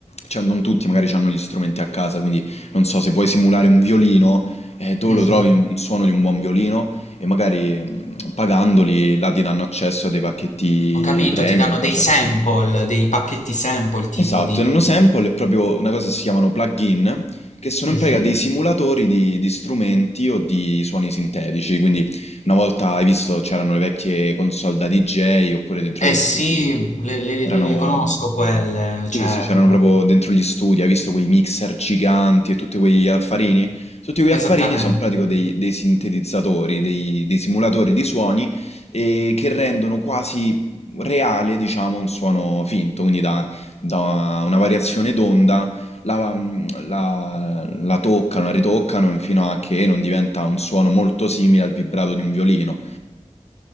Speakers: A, on the left; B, on the left.
A: Cioè, non tutti magari hanno gli strumenti a casa, quindi non so, se vuoi simulare un violino, eh, dove
B: Mh-mh.
A: lo trovi un un suono di un buon violino e magari mh, pagandoli là ti danno accesso a dei pacchetti
B: Ho capito,
A: premium,
B: ti danno
A: cose.
B: dei sample, dei pacchetti sample tipo
A: Esatto,
B: di
A: e Nano Sample è proprio una cosa che si chiamano plugin, che sono
B: mh-mh.
A: in pratica dei simulatori di, di strumenti o di suoni sintetici, quindi una volta hai visto c'erano le vecchie console da DJ oppure dentro
B: Eh
A: agli
B: sì,
A: studi,
B: le le
A: erano
B: le le conosco quelle,
A: sì,
B: cioè
A: sì, c'erano proprio dentro gli studi, hai visto quei mixer giganti e tutti quegli affarini? Tutti quegli affarini
B: esattamente.
A: sono in pratica dei, dei sintetizzatori, dei, dei simulatori di suoni e che rendono quasi reale, diciamo, un suono finto, quindi da, da una variazione d'onda la, la- la toccano, la ritoccano fino a che non diventa un suono molto simile al vibrato di un violino.